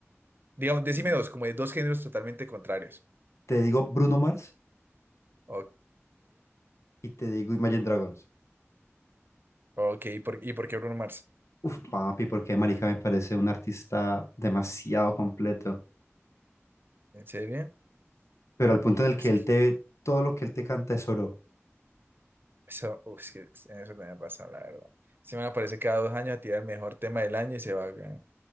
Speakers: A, on the right (about 45°); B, on the left (about 75°).
A: Digamos, decime
B: Mm.
A: dos, como de dos géneros totalmente contrarios.
B: Te digo Bruno Mars
A: Ok,
B: y te digo Imagine Dragons.
A: ok. ¿Y por, y por qué Bruno Mars?
B: Uf, papi, porque Marica me parece un artista demasiado completo.
A: ¿En serio?
B: Pero al punto en el
A: Es
B: que él
A: que
B: te, todo lo que él te canta es oro.
A: eso, uf, es que en eso tenés razón, la verdad. Se me aparece cada dos años a tirar el mejor tema del año y se va. weón.